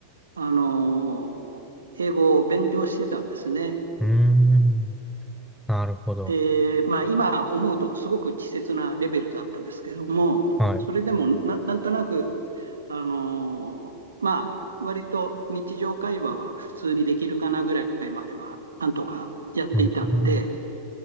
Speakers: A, on the right (about 75°); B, in the centre.
A: あ、あの英語を勉強してたんですね。
B: ーん。なるほど。
A: で、まあ、今思うとすごく稚拙なレベルだったんですけども、
B: はい。
A: それでもな、
B: う
A: なんとなくあのーまあ、割と日常会話は普通にできるかなぐらいまでは、なんとかやっていたんで、
B: ーん。